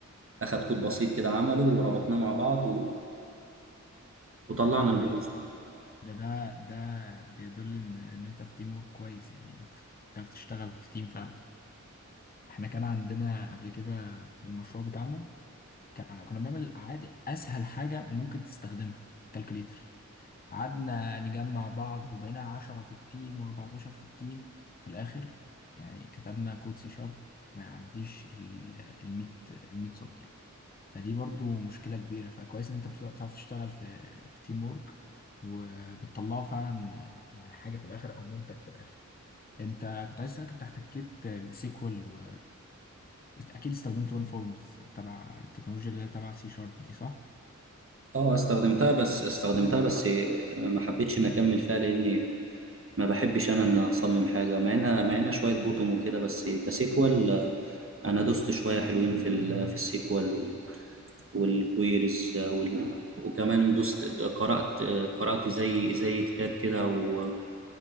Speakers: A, on the right; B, on the left.
A: اخد كود بسيط كده عمله وربطناه مع بعض و... وطلعنا
B: كويس
A: البروز
B: ده ده ده بيدل ان ان انت في تيم ورك كويس يعني بتعرف تشتغل في تيم فعلا احنا كان عندنا قبل كده في المشروع بتاعنا كان كنا بنعمل عادي اسهل حاجه ممكن تستخدمها كالكوليتر قعدنا نجمع بعض وبقينا عشرة في التيم وأربعتاشر في التيم وفي الآخر يعني كتبنا كود سي شارب ما يعديش ال- الميت الميت سطر فدي برضو مشكلة كبيرة فكويس إن أنت بتع- بتعرف تشتغل في في تيم وورك وبتطلعه فعلا يعني حاجة في الآخر أو منتج في الآخر أنت كنت عايز أسألك أنت احتكيت بسيكوال و بس أكيد استخدمت ون فورمز تبع التكنولوجيا اللي هي تبع سي شارب دي صح؟
A: اه استخدمتها بس استخدمتها بس آه، ما حبيتش ان اكمل فيها لاني ما بحبش انا ان اصمم حاجه مع ان مع ان شويه بوتوم وكده بس كسيكوال انا دوست شويه حلوين في ال... في السيكوال وال... والكويريز وال... وكمان دوست قرات قرات زي زي كتاب كده او